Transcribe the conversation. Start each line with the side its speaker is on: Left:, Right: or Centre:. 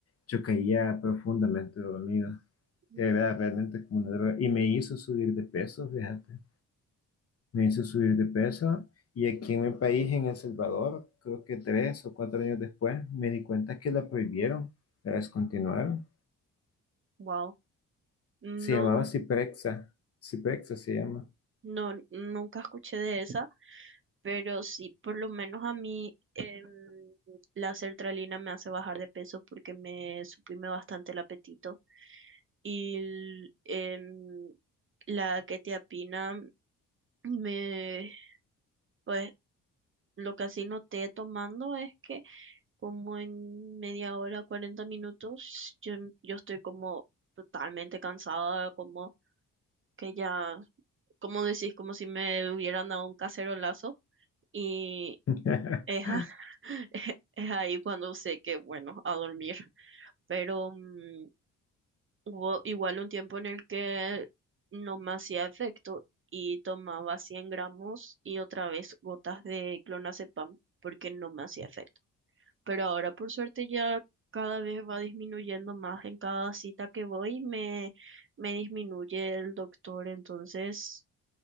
Left: yo caía profundamente dormido.
Right: Mm,
Left: Era realmente como una droga y me hizo subir de peso, fíjate. Me hizo subir de peso y aquí en mi país, en El Salvador, creo que tres o cuatro años después, me di cuenta que la prohibieron, la descontinuaron.
Right: oh, Wow. No,
Left: Se llamaba Ciprexa, Ciprexa se llama.
Right: no, nunca escuché de esa, pero sí, por lo menos a mí em, la sertralina me hace bajar de peso porque me suprime bastante el apetito. Y el- em, la quetiapina me, pues, lo que así noté tomando es que como en media hora, 40 minutos, yo, em, yo estoy como totalmente cansada, como que ya, como decís, como si me hubieran dado un cacerolazo y
Left: <laughs>
Right: es, a- <laughs> es es ahí cuando sé que, bueno, a dormir. Pero mm, hubo igual un tiempo en el que no me hacía efecto y tomaba 100 gramos y otra vez gotas de clonazepam porque no me hacía efecto. Pero ahora por suerte ya cada vez va disminuyendo más. En cada cita que voy me, me disminuye el doctor, entonces